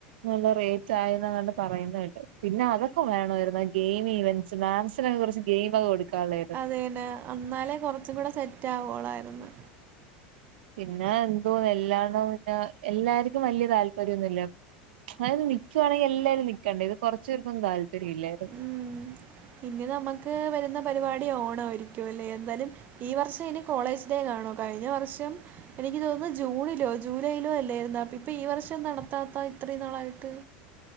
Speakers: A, on the right; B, on the right.
A: നല്ല റേറ്റ് ആയെന്നങ്ങാണ്ട് പറയുന്നകേട്ട് പിന്നെ അത് ക്കും വേണവായിരുന്നു ആ ഗെയിം ഇവൻ്റ്സ് മാൻസിനൊക്കെ കൊറച്ച് ഗെയിമൊക്കെ കൊടുക്കാനുള്ളതായിരുന്നു
B: പിന്നെ അന്നാലേ കൊറച്ചും കൂടെ സെറ്റ് ആവോളായിരുന്നു
A: പിന്നെ എന്തുവാ എല്ലാണോം പിന്നെ എല്ലാര്ക്കും വല്യ താല്പര്യ ഒന്നുമില്ല അതായത് നിക്കുവാണെങ്കി എല്ലാരും നിക്കണ്ടെ ഇത് കൊറച്ചു പേർക്കൊന്നും താല്പര്യം ഇല്ലായിരുന്നു
B: ഉം. ഇനി നമ്മക്ക് വരുന്ന പരിപാടി ഓണവായിരിക്കു അല്ലേ എന്തായാലും ഈ വർഷം ഇനി കോളേജ് ഡേ കാണോ? കഴിഞ്ഞ വർഷം എനിക്ക് തോനുന്നു ജൂണിലോ ജൂലൈയിലോ അല്ലായിരുന്നോ ഇപ്പൊ ഈ വർഷം നടത്താത്ത ഇത്രയും നാളായിട്ട്